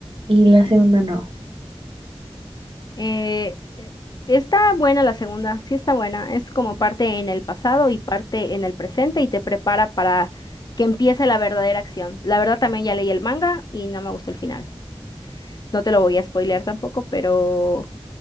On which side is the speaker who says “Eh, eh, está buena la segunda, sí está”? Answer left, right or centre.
Left